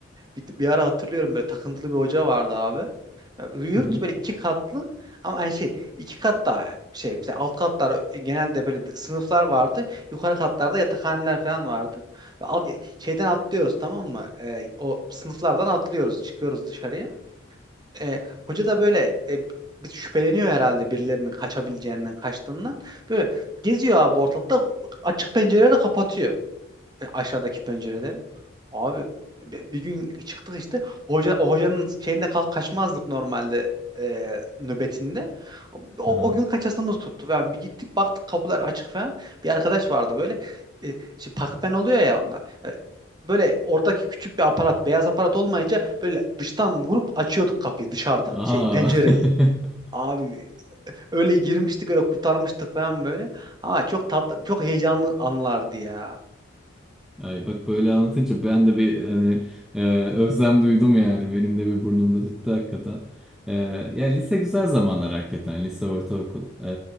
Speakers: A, on the right; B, in the centre.
A: Bir, bir ara hatırlıyorum böyle takıntılı bir hoca vardı abi. Ya Yurt
B: Hı hı.
A: böyle iki katlı ama hani şey iki katta şey mesela alt katlar e, genelde böyle sınıflar vardı. Yukarı katlarda yatakhaneler falan vardı. Ve alt- e, şeyden atlıyoruz tamam mı? Ee, o sınıflardan atlıyoruz çıkıyoruz dışarıya e, hoca da böyle e, bir şüpheleniyor herhalde birilerinin kaçabileceğinden, kaçtığından. Böyle geziyor abi ortalıkta açık pencereleri kapatıyor e, aşağıdaki pencereleri. Abi bi- bir gün çıktık işte hoca o hocanın şeyinde kalk kaçmazdık normalde e, nöbetinde. O,
B: Aha.
A: o gün kaçasımız tuttu. Yani bir gittik baktık kapılar açık falan. Bir arkadaş vardı böyle e, şey, pakpen oluyor ya onlar. E, Böyle oradaki küçük bir aparat, beyaz aparat olmayınca böyle dıştan vurup açıyorduk kapıyı dışarıdan,
B: Aa.
A: şey pencereyi.
B: <laughs>
A: Abi öyle girmiştik, öyle kurtarmıştık falan böyle. Aa çok tatlı, çok heyecanlı anlardı ya.
B: Ay bak böyle anlatınca ben de bir hani e, özlem duydum yani. Benim de bir burnumda tüttü hakikaten. E, ya lise güzel zamanlar hakikaten. Lise, ortaokul. E,